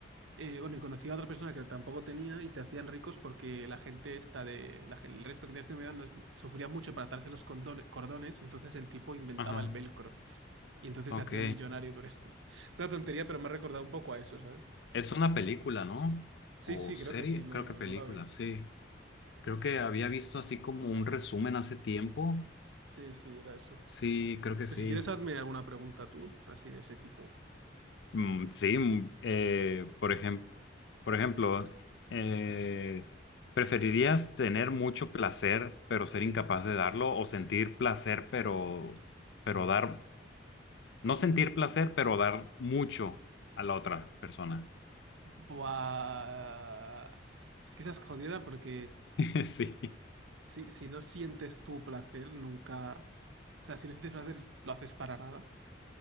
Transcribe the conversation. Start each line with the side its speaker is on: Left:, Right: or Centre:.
Right: eh, bueno, y conocía a otra persona que tampoco tenía y se hacían ricos porque la gente está de la gen- el resto que tenía síndrome de Down no- sufría mucho para atarse los condone- cordones, entonces el tipo inventaba
Left: ajá,
Right: el velcro. Y entonces
Left: ok.
Right: se hacía millonario por eso. <laughs> Es una tontería, pero me ha recordado un poco a eso, ¿sabes?
Left: Es una película, ¿no?
Right: Sí,
Left: O
Right: sí,
Left: serie,
Right: creo que sí, no,
Left: creo que
Right: no,
Left: película,
Right: no la vi.
Left: sí. Creo que había visto así como un resumen hace tiempo.
Right: Sí, sí, era eso.
Left: Sí, creo que
Right: Pues
Left: sí.
Right: si quieres, hazme alguna pregunta tú, así de ese tipo.
Left: Mm, sí, mm, eh, por ejemplo. Por ejemplo, eh, ¿preferirías tener mucho placer pero ser incapaz de darlo o sentir placer pero, pero dar, no sentir placer pero dar mucho a la otra persona?
Right: Buah. Es que esa es jodida porque
Left: <laughs> Sí,
Right: si, si no sientes tu placer, nunca. O sea, si no sientes placer, lo haces para nada.